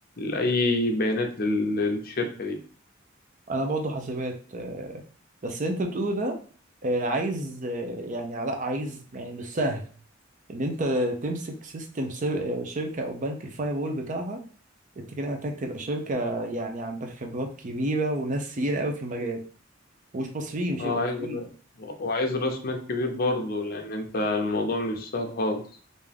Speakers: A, on the left; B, on the right.
A: أي بيانات لل... للشركة دي
B: انا برضه حاسبات آه، بس انت بتقول ده آه، عايز آه، يعني علاء عايز يعني مش سهل ان انت تمسك سيستم سر- آه، شركه او بنك الفاير وول بتاعها انت كده محتاج تبقى شركه يعني عندك خبرات كبيره وناس تقيله قوي في المجال ومش مصريين مش
A: اه
B: هيبقوا
A: عايز
B: مصريين
A: ر- وعايز راس مال كبير برضه لان انت الموضوع مش سهل خالص